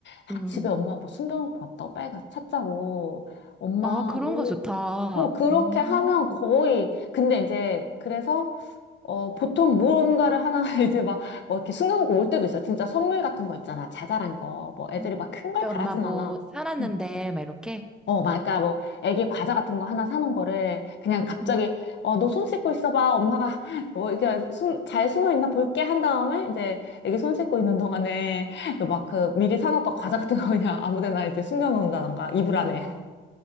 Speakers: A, on the left; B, in the centre.
A: 아,
B: 음.
A: 집에 엄마 뭐 숨겨놓고 왔다고 빨리 가서 찾자고 엄마
B: 아, 그런
A: 뭐
B: 거 좋다.
A: 어, 그렇게
B: 음.
A: 하면 거의, 근데 이제, 그래서, 어, 보통 무언가를 하나 <laughs> 이제 막, 뭐 이렇게 숨겨놓고 올 때도 있어. 진짜 선물 같은 거 있잖아. 자잘한 거. 뭐 애들이
B: 음.
A: 막 큰 걸
B: 엄마
A: 바라진
B: 뭐
A: 않아.
B: 사놨는데,
A: 음.
B: 막 이렇게?
A: 어, 막, 그러니까 뭐, 애기 과자 같은 거 하나 사놓은 거를 그냥 갑자기,
B: 음.
A: 어, 너 손 씻고 있어봐. 엄마가 <laughs> 뭐, 이렇게 숨, 잘 숨어 있나 볼게 한 다음에, 이제, 애기 손 씻고 있는 동안에, <laughs> 막 그 미리 사놨던 과자 같은 거 그냥 아무 데나 이제 숨겨놓는다던가, 이불 안에.
B: 어,